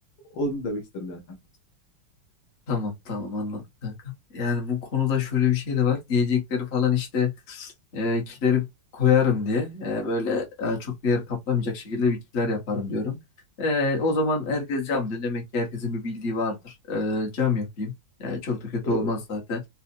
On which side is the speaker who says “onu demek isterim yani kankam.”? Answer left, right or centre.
Left